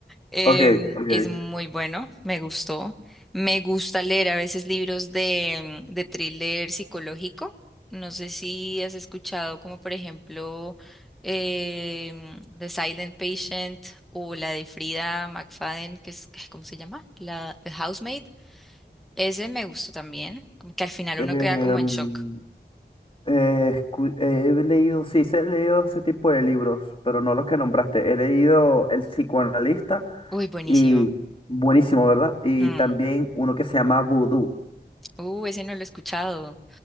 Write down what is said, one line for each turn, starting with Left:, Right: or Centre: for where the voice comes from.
Centre: Em,
Left: Ok, ok.
Centre: es muy bueno, me gustó. Me gusta leer a veces libros de, de thriller psicológico. No sé si has escuchado como por ejemplo em, The Silent Patient o la de Frida McFadden, que es, ¿cómo se llama? La The Housemaid. Ese me gustó también, como que al final
Left: Em,
Centre: uno queda como en shock.
Left: eh, escu- he leído, sí, sí he leído ese tipo de libros, pero no los que nombraste. He leído El psicoanalista
Centre: Uy, buenísimo.
Left: y buenísimo, ¿verdad? Y
Centre: Mm.
Left: también uno que se llama Voodoo.
Centre: Uh, ese no lo he escuchado.